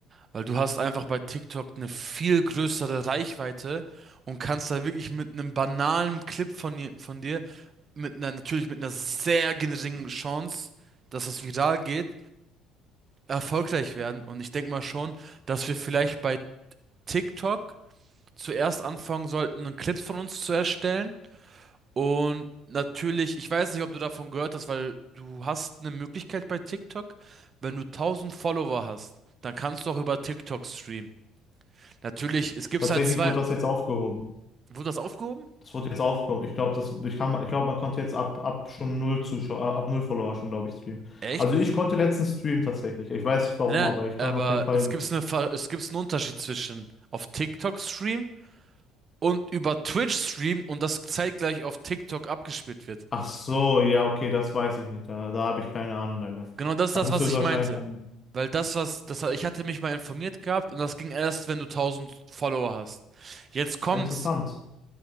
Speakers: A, on the right; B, on the left.
A: Weil du hast einfach bei TikTok eine viel größere Reichweite und kannst da wirklich mit einem banalen Clip von, je- von dir, mit einer, natürlich mit einer sehr geringen Chance, dass es viral geht, erfolgreich werden. Und ich denke mal schon, dass wir vielleicht bei TikTok zuerst anfangen sollten, Clips von uns zu erstellen. Und natürlich, ich weiß nicht, ob du davon gehört hast, weil du hast eine Möglichkeit bei TikTok, wenn du tausend Follower hast, dann kannst du auch über TikTok streamen. Natürlich, es gibt's
B: Tatsächlich
A: halt zwei.
B: wurde das jetzt aufgehoben.
A: Wurde das aufgehoben?
B: Das wurde jetzt aufgehoben. Ich glaube, das, ich kann, ich glaube, man konnte jetzt ab, ab schon null Zuschauer, äh, ab null Follower schon, glaube ich, streamen.
A: Echt?
B: Also ich konnte letztens streamen tatsächlich. Ich weiß nicht warum,
A: Nein,
B: aber
A: nein,
B: ich kann
A: aber
B: auf jeden Fall
A: es gibt's eine, Ver- es gibt's einen Unterschied zwischen auf TikTok Stream und über Twitch Stream und das zeitgleich auf TikTok abgespielt wird.
B: Ach so, ja, okay, das weiß ich nicht. Da, da habe ich keine Ahnung davon.
A: Genau das ist
B: Das
A: das,
B: ist
A: was
B: höchstwahrscheinlich
A: ich meinte.
B: dann
A: Weil das, was, das, ich hatte mich mal informiert gehabt und das ging erst, wenn du tausend Follower hast. Jetzt kommt's.
B: ah, interessant.